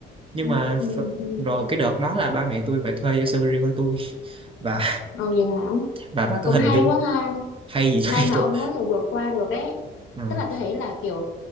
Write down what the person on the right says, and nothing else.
nhưng
mà ph-
rồi cái đợt đó là ba mẹ tôi phải thuê gia sư riêng cho tôi <laughs> và
bà bác
có hình
dung
hay gì
hay
tôi
ừ.